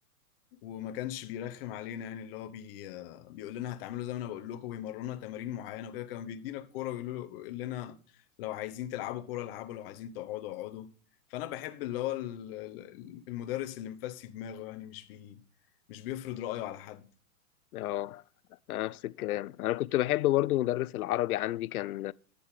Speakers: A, on the left; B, on the left.
A: وما كانش بيرخم علينا يعني اللي هو بي آه، بيقول لنا هتعملوا زي ما انا بقول لكم ويمرنا تمارين معينه وكده كان بيدينا الكوره ويقول له- يقول لنا لو عايزين تلعبوا كوره العبوا لو عايزين تقعدوا اقعدوا فانا بحب اللي هو ال- ال- المدرس اللي مفسي دماغه يعني مش بي مش بيفرض رأيه على حد
B: اه أنا نفس الكلام انا كنت بحب برضو مدرس العربي عندي كان